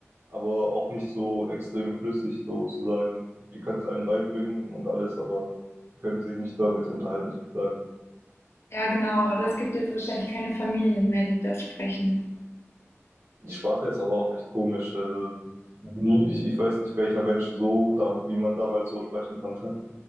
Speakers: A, on the right (about 55°); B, on the left (about 65°).
A: aber auch nicht so extrem flüssig sozusagen. Die können es einem beibringen und alles, aber die können sich nicht damit unterhalten sozusagen.
B: Ja, genau. Aber Es gibt jetzt wahrscheinlich keine Familien mehr, die das sprechen.
A: Die Sprache ist aber auch echt komisch. Also nie, ich, ich weiß nicht, welcher Mensch so, da, wie man damals so sprechen konnte.